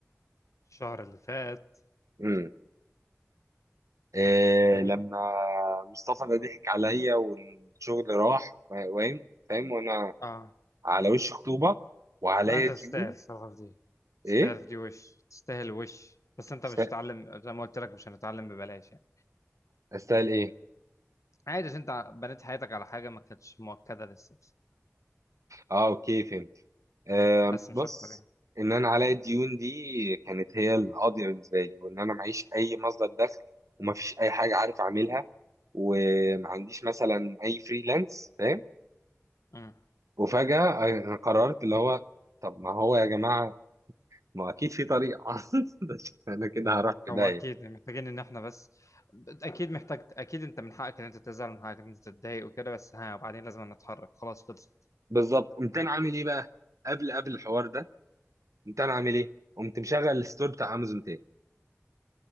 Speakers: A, on the left; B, on the right.
A: الشهر اللي فات
B: امم إيه...
A: غريبا
B: لما مصطفى ده ضحك عليا والشغل راح فاهم فاهم وانا
A: اه
B: على وش خطوبه وعليا
A: لا انت
B: ديون
A: تستاهل الصراحه في دي تستاهل
B: ايه
A: في دي وش تستاهل وش بس انت
B: است-
A: مش هتتعلم زي ما قلت لك مش هنتعلم ببلاش يعني
B: استاهل ايه
A: عادي عشان انت بنيت حياتك على حاجه ما كانتش مؤكده لسه بس,
B: اه اوكي فهمت آه
A: بس
B: بص
A: مش اكتر يعني
B: ان انا عليا الديون دي كانت هي القاضيه بالنسبه لي وان انا معيش اي مصدر دخل وما فيش اي حاجه عارف اعملها وما عنديش مثلا اي فريلانس فاهم
A: امم
B: وفجاه انا قررت اللي هو طب ما هو يا جماعه ما اكيد في طريقه <laughs> بس انا كده هروح في
A: هو
B: داهيه
A: اكيد محتاجين ان احنا بس اكيد محتاج اكيد انت من حقك ان انت تزعل من حقك ان انت تتضايق وكده بس ها وبعدين لازم نتحرك خلاص خلصت
B: بالظبط قمت انا عامل ايه بقى قبل قبل الحوار ده قمت انا عامل ايه قمت مشغل الستور بتاع امازون تاني